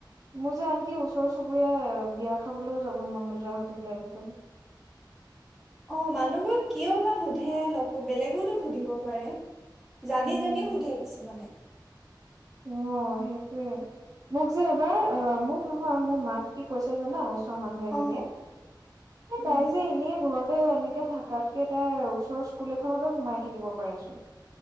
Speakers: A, on the right; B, in the centre.
A: মোৰ যে আনকি ওচৰ চুবুৰীয়া বিয়া খাবলৈও যাব মন নোযোৱা হৈ থাকিলে আজিকালি।
B: অ' মানুহবোৰ কিয় বা সুধে লগ, বেলেগোতো সুধিব পাৰে। জানি
A: উম।
B: জোনিও সোধে কিছুমানে।
A: অ' সেইটয়ে। মোক যে এবাৰ অ' মোক নহয় মোৰ মাক কি কৈছে জানা ওচ মানুহ এজনীয়ে,
B: অ
A: এ,
B: উম
A: তাই যে এনে ঘৰত এ, এনেকে থাকাতকে তাই ওচৰৰ স্কুল এখনতো সোমাই থাকিব পাৰেচোন।